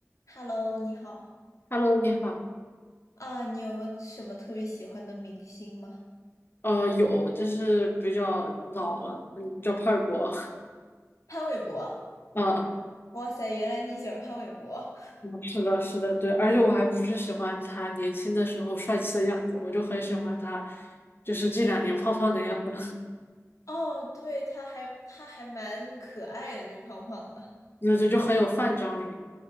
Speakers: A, on the left; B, on the left.
A: Hello，你好
B: Hello，你好。
A: 啊，你有没有什么特别喜欢的明星吗？
B: 呃，有，就是比较老了，嗯，叫派博。
A: 潘玮柏，
B: <laughs> 啊，
A: 哇塞，原来你喜欢潘玮柏。
B: 嗯是的，是的，对。而且我还不是喜欢他年轻的时候帅气的样子，我就很喜欢他，就是这两年胖胖的样子，
A: 哦，对，他还他还蛮可爱的，就胖胖的。
B: <laughs> 就就就很有范张力。